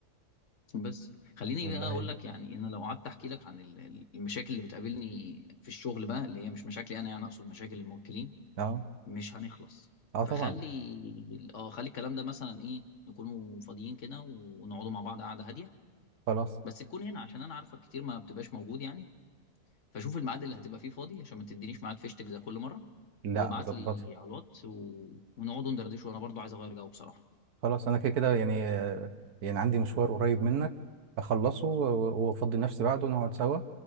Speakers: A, on the left; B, on the right.
A: بس خليني
B: والله
A: بقى اقول لك يعني انا لو قعدت احكي لك عن ال- ال- المشاكل اللي بتقابلني في الشغل بقى اللي هي مش مشاكلي انا يعني اقصد مشاكل الموكلين
B: اه
A: مش هنخلص
B: اه
A: فخلي
B: طبعا
A: ال- اه خلي الكلام ده مثلا ايه نكونوا فاضيين كده ونقعدوا مع بعض قعده هاديه
B: خلاص
A: بس تكون هنا عشان انا عارفك كتير ما بتبقاش موجود يعني فشوف الميعاد اللي هتبقى فيه فاضي عشان ما تدينيش ميعاد فيشتك زي كل مره
B: لا
A: وابعت
B: هظبطها
A: لي على الواتس و... ونقعدوا ندردش وانا برضو عايز اغير جو بصراحه
B: خلاص انا كده كده يعني آه، يعني عندي مشوار قريب منك اخلصه و- و- وافضي نفسي بعده ونقعد سوا